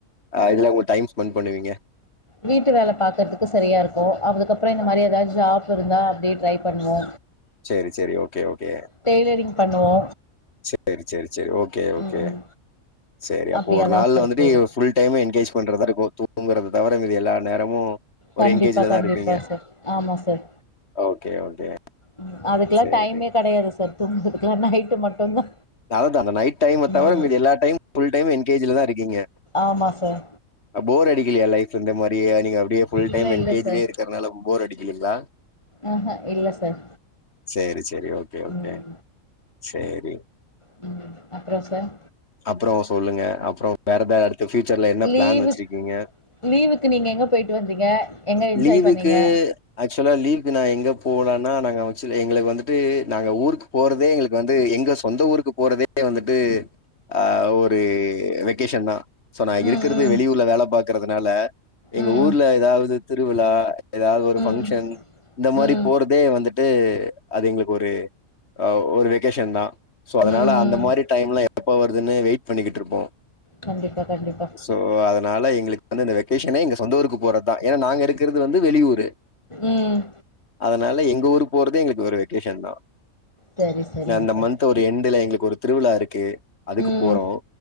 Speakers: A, on the left; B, on the left.
A: ஆ இல்ல உங்க டைம் ஸ்பென்ட் பண்ணுவீங்க
B: வீட்டு வேல பாக்குறதுக்கு சரியா இருக்கு அதுக்கப்புறம் இந்த மாரி எதாச்சும் ஜாப் இருந்தா அப்டியே ட்ரை பண்ணுவோ
A: சேரி சேரி ஓகே ஓகே
B: டெய்லரிங் பண்ணுவோ
A: சேரி சேரி சேரி ஓகே ஓகே
B: ம்
A: சேரி அப்போ
B: அப்டியாதா
A: ஒரு நாள்
B: சார்
A: வந்துட்டு
B: போது
A: ஃபுல் டைம் எங்கேஜ் பண்றதா இருக்கு தூ தூங்குறது தவற மீதி எல்லா நேரமு ஒரு
B: கண்டிப்பா
A: என்கேஜலதா
B: கண்டிப்பா
A: இருப்பீங்க
B: சார் ஆமா சார்
A: ஓகே ஓகே
B: ம் அதுக்கெல்லா
A: சேரி
B: டைமே கெடையாது சார் தூங்குறதுக்கெல்லா நைட்டு மட்டுந்தா
A: அதா அந்த நைட் டைம்
B: ம்
A: தவிர மீதி எல்லா டைம் ஃபுல் டைம் என்கேஜ்லதா இருக்கீங்க
B: ஆமா சார்
A: போர் அடிக்கலயா லைஃப் இந்த மாரி நீங்க நநீங்க அப்படியே ஃபுல்
B: இல்ல
A: டைம் என்கேஜ்லயே
B: இல்ல சார்
A: இருக்கிறனால போர் அடிக்கிலிங்களா
B: ஆஹ இல்ல சார்
A: சேரி சேரி ஓகே ஓகே
B: ம்
A: சேரி
B: ம் அப்புறோ சார்
A: அப்புற சொல்லுங்க அப்புறம் வேற எ பூச்சர்ல என்ன
B: லீவு
A: பிளான் வச்சிருக்கீங்க
B: லீவுக்கு நீங்க எங்க போயிட்டு வந்தீங்க எங்க என்ஜாய்
A: லீவுக்கு
B: பண்ணீங்க
A: ஆக்சுவலா லீவ் போலனா நாங்க ஆக்சுலி எங்களுக்கு வந்துட்டு நாங்க ஊருக்கு போறதே எங்களுக்கு வந்து எங்க சொந்த ஊருக்கு போறதே வந்துட்டு ஆ ஒரு வெகேஷன் தா சோ நான்
B: ம்
A: இருக்குறது
B: ம்
A: வெளியூர்ல வேல பாக் இருக்கிறதுனால எங்க
B: ம்
A: ஊர்ல எதாவது திருவிழா எதாவது ஒரு
B: ம்
A: ஃபங்க்ஷன் இந்த மாரி
B: ம்
A: போறதே வந்ட்டு அது அது எங்களுக்கு ஒரு ஒரு வெகேஷன் தா சோ அதனால
B: ம் ம்
A: அந்த மாரி டைம்ல எப்பவ இதுன்னு வெயிட் பண்ணிக்கிட்டு இருப்போ
B: கண்டிப்பா கண்டிப்பா
A: சோ அதனால எங்களுக்கு <unintelligible> பேஷனே எங்க சொந்த ஊருக்கு போர்தா. ஏன்னா நாங்க இருக் கிருது வந்து வெளியூரு
B: ம்
A: அதனால எங்க ஊருக்கு போறதே எங்களுக்கு ஒரு வெக்கேஷன் தா. <unintelligible>
B: சரி சரிங்க
A: அந்த
B: சார்
A: மன்த்து ஒரு எண்டுல எங்களுக்கு ஒரு திருவிழா இருக் கே அதுக்கு
B: ம்
A: போறோ.